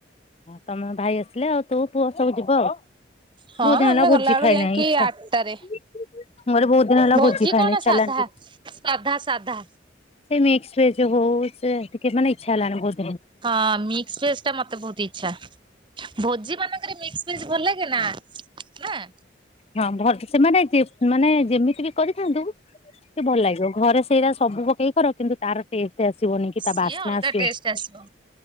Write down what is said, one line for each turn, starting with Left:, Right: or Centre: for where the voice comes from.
Left: ହଁ ତମ ଭାଇ ଆସିଲେ ଆଉ ତୋ ପୁଅ ସବୁ ଯିବ ଆଉ
Right: ହଁ
Left: ବୋଧ ହେଲା
Right: ଆମେ
Left: ଭୋଜି
Right: ଗଲାବେଳୁ
Left: ଖାଇନାହିଁ
Right: ଯାଇକି
Left: ଇଚ୍ଛା
Right: ଆଠଟାରେ
Left: ନାହେଲେ ବହୁତ। ଦିନ ହେଲା
Right: ଭୋଜି
Left: ଖାଇନି
Right: କଣ
Left: ଇଚ୍ଛା
Right: ସାଧା
Left: ହେଲାଣି
Right: ସାଧା ସାଧା।
Left: ସେ ମେ <unintelligible> ଟିକେ ମାନ ଇଚ୍ଛା ହେଲାଣି ବହୁତ୍।
Right: ହଁ ମିକ୍ସ୍ ଫେସ୍ ମତେ ବହୁତ ଇଛ। ଆଛା ଭୋଜି ମାନଙ୍କରେ ମିକସ୍ ପିସ୍ ଭଲ ଲାଗେନା ନାଁ।
Left: ହଁ ଭଲସ ସେମାନେ ଯେ, ମାନେ ଯେମିତି ବି କରିଥାନ୍ତୁ। ଟେ ଭଲ ଲାଗିବ, ଘରେ ସେଇଟା ସବୁ ପକେଇ କର କିନ୍ତୁ। ତାର କାକେ ଆସିବନି? କି
Right: ସିଏ
Left: ତା ବାସ୍ନା
Right: ଅଲଗା
Left: ଆସିବ
Right: ଟେଷ୍ଟ୍ ଆସିବ,